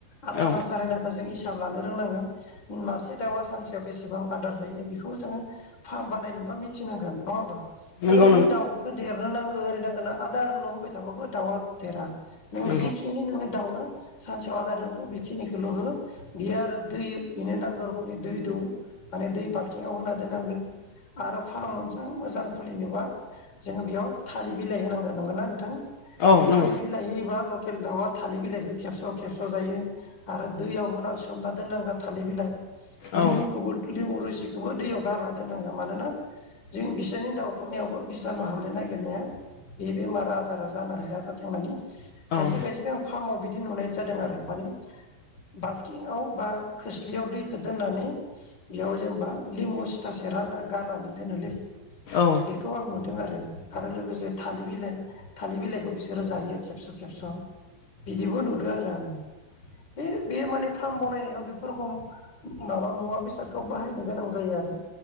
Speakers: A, on the left; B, on the left.
A: आथाना
B: औ
A: सारेनाखौ जों हिसाब लानो रोंनांगोन मासे दाउआ सानसेयाव बेसेबां आदार जायो बेखौ जोङो फार्म बानायनो। बा मिथिनांगोन नङा ओमबा?
B: नंगौ
A: ओरैनो
B: नंगौ
A: दाउखो देरनो नांगो ओरै नांगो होनना आदारल' होबाय थाबाबो दाउआ देरा नोङो
B: नंगौ
A: जिक नोङो दाउनो सानसेयाव आदार नांगौ बेखिनिखौल' हो बियो आरो दै बेनो नांगौ रोखोमनि दै दौ माने दै बाल्थिंआव होना दोननांगो। आरो फार्म मोनजां मोजां खुलिनोबा जोङो बेयाव थालिर बिलाइ होनांगोन नंगोना नोंथां?
B: औ नंगौ
A: थालिर बिलाइ होयोबा लक दाउआ थालिर बिलाइखौ खेबस' खेबस' जायो आरो दैयाव होना सोमना दोननांगौ थालिर बिलाइ लिमुखौबो
B: औ
A: लिमु रोसिखौबो दैयाव गारना दोननांगो मानोना जों बिसानि दाउफोरनियावबो बिजानु हाबनो नायगिरनाया बे बेमार आजारा जानो हाया जाथों होननानै
B: औ
A: खायसे खायसेखौ आं फार्माव बिद नुनाय जादों आरो माने बाल्थिंआव बा खोस्लियाव दैखौ दोननानै बेयाव जेनेबा लिबु सिथा सेरना गारनानै दोनोलै।
B: औ
A: बेखौ आं नुदों आरो आरो लोगोसे थालिर बिलाइ थालिर बिलाइखौ बिसोरो जायो खेबस' खेबस' बिदिबो नुदो आरो आं बे बेयो माने फार्म बनायनायाव बेफोरखौ माबा मुवा बेसादखौ बाहायनो गोनां जायो आरो